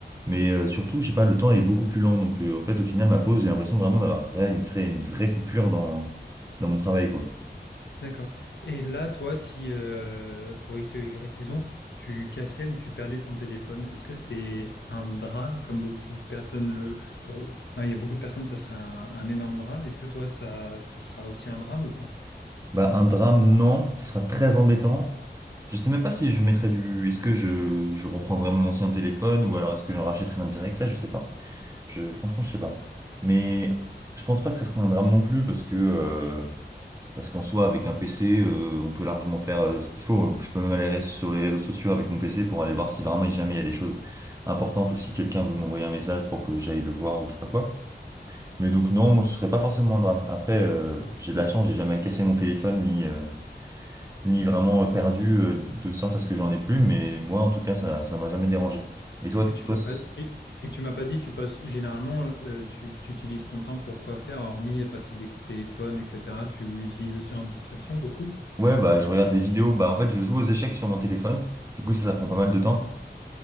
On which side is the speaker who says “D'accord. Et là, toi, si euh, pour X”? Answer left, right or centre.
Left